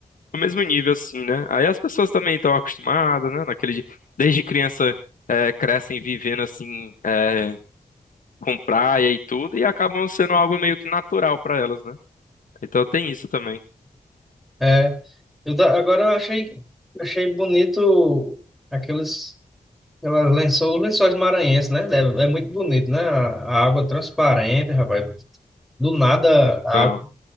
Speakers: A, on the left (about 65°); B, in the centre.
A: do mesmo nível, assim, né? Aí as pessoas também estão acostumadas, né? Naquele, de- desde criança é, crescem vivendo assim, é, com praia e tudo, e acabam sendo algo meio que natural para elas, né? Então tem isso também.
B: é. Eu, ta- agora eu achei, achei bonito aqueles, aquelas lençóis, lençóis maranhenses, né? Deve- É, muito bonito, né? A, a água transparente, rapaz. Do nada,
A: Então,
B: a,